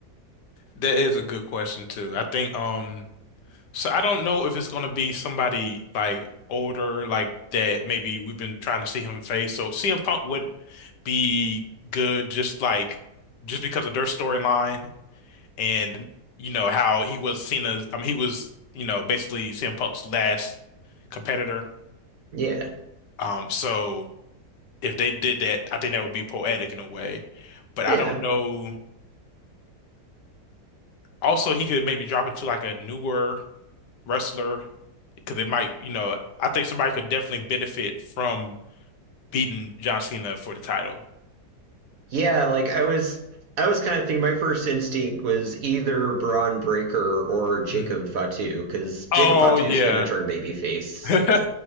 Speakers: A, on the left; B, on the right.
A: that is a good question too. I think um. So I don't know if it's gonna be somebody like older, like that maybe we've been trying to see him face. So CM Punk would be good just like just because of their storyline and you know how he was Cena's I mean he was, you know, basically CM Punk's last competitor.
B: Yeah.
A: Um so if they did that, I think that would be poetic in a way. But
B: Yeah.
A: I don't know. Also he could maybe drop it to like a newer wrestler because it might, you know, I think somebody could definitely benefit from beating John Cena for the title.
B: Yeah, like I was I was kind of thinking my first instinct was either Braun Breaker or Jacob
A: Mhm.
B: Fatu, because Jacob
A: Oh
B: Fatu
A: yeah,
B: is going to turn babyface.
A: <laughs> I